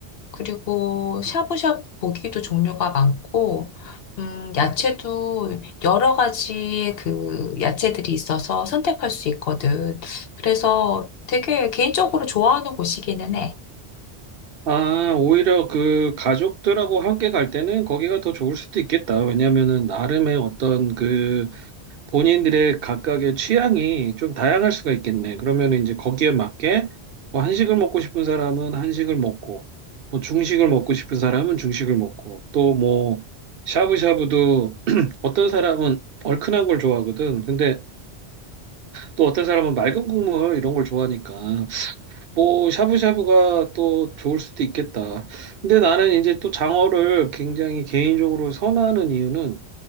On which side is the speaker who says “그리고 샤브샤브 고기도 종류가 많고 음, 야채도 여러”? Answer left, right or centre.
Left